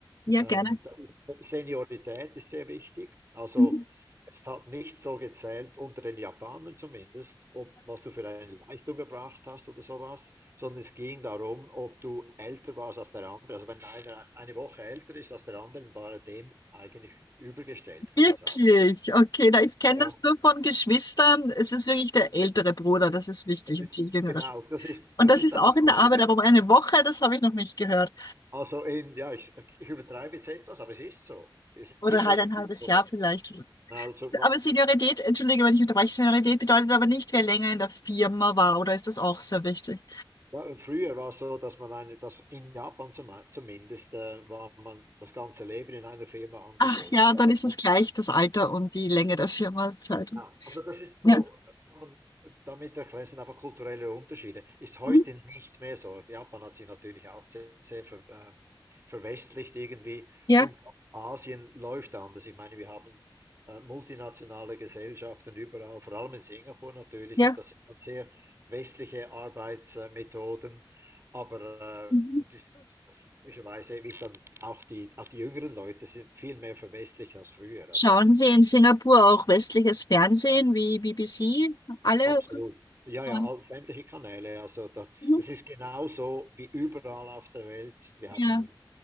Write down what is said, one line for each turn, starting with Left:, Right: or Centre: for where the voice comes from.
Left: ja,
Right: ähm,
Left: gerne.
Right: da ist- Seniorität ist sehr wichtig. Also
Left: Mhm.
Right: es hat nicht so gezählt, unter den Japanern zumindest, ob was du für eine Leistung gebracht hast oder sowas, sondern es ging darum, ob du älter warst als der andere. Also wenn einer eine Woche älter ist als der andere, dann war er dem eigentlich übergestellt, kann
Left: Wirklich?
Right: man sagen.
Left: Okay, na, ich kenne
Right: Ja,
Left: das nur von Geschwistern. Es ist wirklich der ältere Bruder, das ist wichtig
Right: das ist,
Left: und die jüngere
Right: genau, das ist,
Left: Und
Right: das
Left: das
Right: ist
Left: ist
Right: einfach
Left: auch in
Right: gut.
Left: der Arbeit, aber um eine Woche, das habe ich noch nicht gehört.
Right: Also in, ja, ich, ich übertreibe jetzt etwas, aber es ist so. Es
Left: Oder
Right: ist
Left: halt
Right: effektiv.
Left: ein halbes
Right: so.
Left: Jahr vielleicht.
Right: Also,
Left: Aber Seniorität, entschuldige, wenn ich unterbreche, Seniorität bedeutet aber nicht, wer länger in der Firma war, oder ist das auch sehr wichtig?
Right: ja, früher war es so, dass man eine, dass in Japan zum, zumindest äh, war man das ganze Leben in einer Firma angestellt.
Left: Ach ja,
Right: Das
Left: dann
Right: hat
Left: ist es gleich das Alter und die Länge der Firmenzeit.
Right: Genau. Also das ist so,
Left: Ja,
Right: ähm, damit erklären sind einfach kulturelle Unterschiede. Ist heute
Left: Mhm.
Right: nicht mehr so. Japan hat sich natürlich auch sehr, sehr ver, ähm, verwestlicht irgendwie
Left: ja,
Right: und Asien läuft anders. Ich meine, wir haben äh, multinationale Gesellschaften überall, vor allem in Singapur natürlich,
Left: ja.
Right: und das sind dann sehr westliche Arbeitsmethoden, aber
Left: Mhm.
Right: äh, und das, das logischerweise, wie es dann auch die, auch die jüngeren Leute sind viel mehr verwestlicht als früher. Also
Left: Schauen Sie in Singapur auch westliches Fernsehen wie BBC? Alle?
Right: Absolut. Ja,
Left: Ja,
Right: ja, all, sämtliche Kanäle. Also das,
Left: Mhm.
Right: das ist genauso wie überall auf der Welt. Wir
Left: ja,
Right: haben,